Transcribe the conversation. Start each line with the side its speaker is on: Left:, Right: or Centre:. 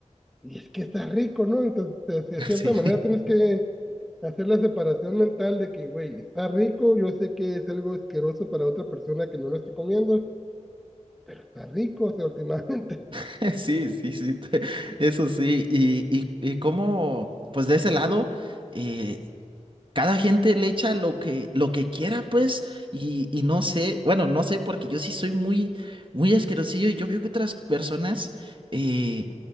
Centre: y es que está rico, ¿no? Entonces, de, de cierta
Right: Sí,
Centre: manera tienes que hacer la separación mental de que, güey, está rico, yo sé que es algo asqueroso para otra persona que no lo estoy comiendo, pero está rico, o sea, últimamente.
Right: <laughs> sí, sí, sí, <laughs> te- eso sí. Y, y, y cómo, pues de ese lado, eh, cada gente le echa lo que, lo que quiera, pues, y, y no sé, bueno, no sé, porque yo sí soy muy, muy asquerosillo y yo veo que otras personas, eh,